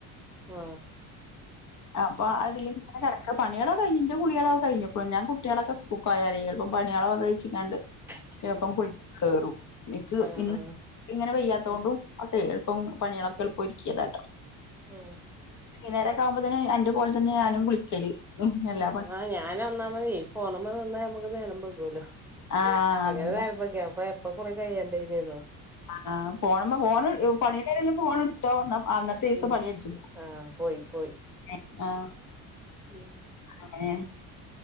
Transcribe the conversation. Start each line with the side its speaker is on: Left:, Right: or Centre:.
Centre: ആ
Left: അപ്പൊ അതില് ങ്ങനെ കെടക്ക പണിയാളൊക്കെ കയ്ഞ് ന്റെ കുളിയാളൊക്കെ കയ്ഞ്പ്പോ ഞാൻ കുട്ട്യാളൊക്കെ സ്കൂ <unintelligible> പണിയാളൊക്കെ വെച്ച്ക്കാണ്ട്
Centre: <inaudible>
Left: എളുപ്പം കുള കേറും നിക്ക്
Centre: ആഹ്
Left: ഇന്ന്
Centre: ആഹ്
Left: ഇങ്ങനെ വെയ്യാത്തോണ്ടും
Centre: ഉം
Left: അതേ എളുപ്പം പണികളൊക്കെ എളുപ്പൊരുക്കിയതാ ട്ടോ
Centre: ഓ
Left: നേരക്കാമ്പോത്തെന് എന്റെ ഫോണിത്തന്നെയ ഞാനും വിളിക്കല് ഒഹ് ല്ല
Centre: ആഹ് ഞാനൊന്നാമതേ ഈ ഫോണ് മ്മെനിന്നാ ഞമ്മക്ക് നേരം പോകല്ലോ
Left: ആഹ്
Centre: അങ്ങനനേരംപോക്കി
Left: അതന്നെ
Centre: അപ്പ എപ്പൊ കുളി കയ്യണ്ടനിയെന്നോ
Left: ആ ഫോണ് മെ ഫോണ് പണിടെടേലും ഫോൺ എടുത്തോ അ
Centre: ഉം ആഹ് പോയി പോയി
Left: <unintelligible> ആഹ്
Centre: ഉം
Left: <unintelligible>